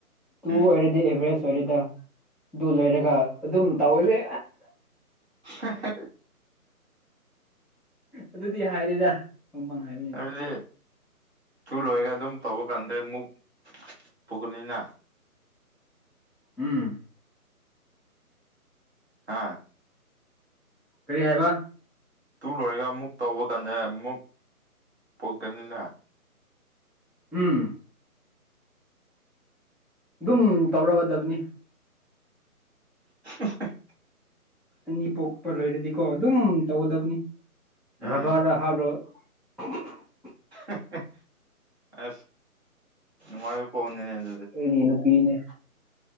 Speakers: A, in the centre; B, on the right.
A: ꯇꯨ
B: ꯎꯝ
A: ꯑꯣꯏꯔꯗꯤ ꯑꯦꯚ꯭ꯔꯦꯖ ꯑꯣꯏꯔꯦꯗ ꯑꯗꯨ ꯂꯣꯏꯔꯒ ꯑꯗꯨꯝ ꯇꯧꯋꯁꯦ
B: ꯍꯍ
A: ꯑꯗꯨꯗꯤ ꯍꯥꯏꯔꯦꯗ ꯄꯪ ꯄꯪ ꯍꯥꯏꯕꯅꯤꯗ
B: ꯍꯥꯏꯕꯗꯤ ꯇꯨ ꯂꯣꯏꯔꯒ ꯑꯗꯨꯝ ꯇꯧꯕ ꯀꯥꯟꯗ ꯃꯨꯛ ꯄꯨꯀꯅꯤꯅ
A: ꯎꯝ
B: ꯍꯥꯥ
A: ꯀꯔꯤ ꯍꯥꯏꯕ
B: ꯇꯨ ꯂꯣꯏꯔꯒ ꯑꯃꯨꯛ ꯇꯧꯕ ꯀꯥꯟꯗ ꯃꯨꯛ ꯄꯣꯛꯀꯅꯤꯅ
A: ꯎꯝ ꯑꯗꯨꯝ ꯇꯧꯔꯒꯗꯕꯅꯤ
B: ꯍꯍ <unintelligible>
A: ꯑꯅꯤ ꯄꯣꯛꯄ ꯂꯣꯏꯔꯗꯤꯀꯣ ꯑꯗꯨꯝ ꯇꯧꯒꯗꯕꯅꯤ <unintelligible>
B: ꯎꯝ
A: <unintelligible>
B: ꯍ ꯍ ꯑꯁ ꯅꯨꯉꯥꯢꯕ ꯄꯥꯎꯅꯤꯅꯦ ꯑ
A: ꯑꯩꯒꯤ ꯅꯨꯄꯤꯅꯦ